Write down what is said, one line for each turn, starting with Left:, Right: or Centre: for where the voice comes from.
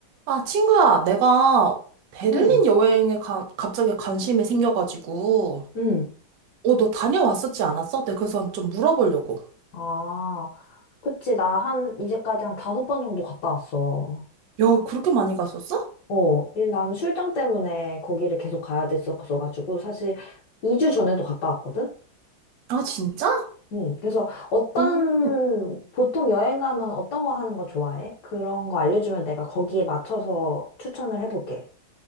Right: 아, 친구야, 내가 베를린
Left: 응,
Right: 여행에 가- 갑자기 관심이 생겨가지고,
Left: 응.
Right: 어, 너 다녀왔었지 않았어? 내가 그래서 좀 물어보려고.
Left: 아, 그치. 나 한, 이제까지 한 다섯 번 정도 갔다 왔어.
Right: 야, 그렇게 많이 갔었어?
Left: 어, 일, 나는 출장 때문에 거기를 계속 가야 됐었어가지고, 사실 2주 전에도 갔다 왔거든?
Right: 아, 진짜?
Left: 응, 그래서 어떤,
Right: 오.
Left: 보통 여행 가면 어떤 거 하는 거 좋아해? 그런 거 알려주면 내가 거기에 맞춰서 추천을 해볼게.